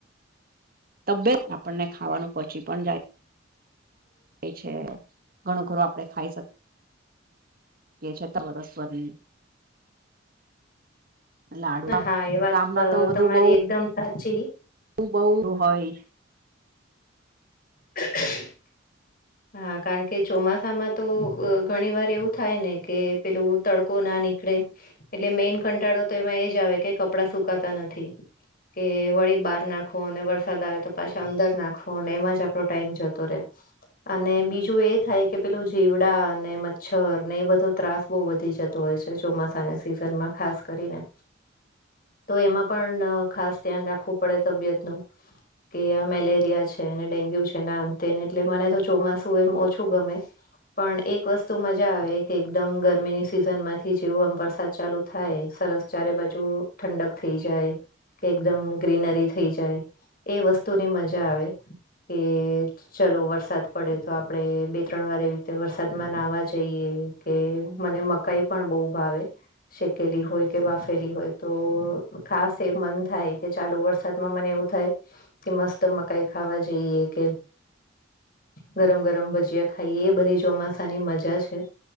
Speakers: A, on the right; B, on the left.
A: તબિયત આપણને ખાવાનું પચી પણ જાય. એ છે, ઘણું ખરું આપડે ખાઈ શક. કે છે <inaudible> વરસ વરની. લાડવા
B: હા એ વાત
A: ગામમાં તો બધું
B: તમારી
A: બઉ
B: એકદમ સાચી
A: બઉ <unintelligible> હોય
B: <inaudible> હા કારણ કે ચોમાસામાં તો ઘણી વાર એવું થાયને કે પેલું તડકો ના નીકળે એટલે મેઈન કંટાળો તો એમાં એ જ આવે કે કપડાં સુકાતા નથી કે વળી બહાર નાખવો ને વરસાદ આવે તો પાછા અંદર નાખવો અને એમાં જ આપણો ટાઇમ જતો રે અને બીજું એ થાય કે પેલું જીવડા ને મચ્છરને એ બધો ત્રાસ બોવ વધી જતો હોય છે, ચોમાસાના સિઝનમાં ખાસ કરીને
A: <inaudible>
B: તો એમાં પણ ખાસ ધ્યાન રાખવું પડે તબિયતનું કે આ મેલેરિયા છે ને ડેન્ગ્યુ છે ને આ તે એટલે મને તો ચોમાસું એમ ઓછું ગમે પણ એક વસ્તુ મજા આવે કે એકદમ ગરમીની સિઝન માંથી જેવો આમ વરસાદ ચાલુ થાય સરસ ચારે બાજુ ઠંડક થઈ જાય કે એકદમ ગ્રીનરી થઈ જાય એ વસ્તુની મજા આવે કે ચલો વરસાદ પડે તો આપડે બે ત્રણ વાર એવી રીતે વરસાદમાં નાહવા જઈએ કે મને મકાઈ પણ બહુ ભાવે શેકેલી હોય કે બાફેલી હોય તો ખાસ એ મન થાય કે ચાલુ વરસાદ માં મને એવું થાય કે મસ્ત મકાઈ ખાવા જઈએ કે ગરમ ગરમ ભજીયા ખાઈએ એ બધી ચોમાસાની મજા છે.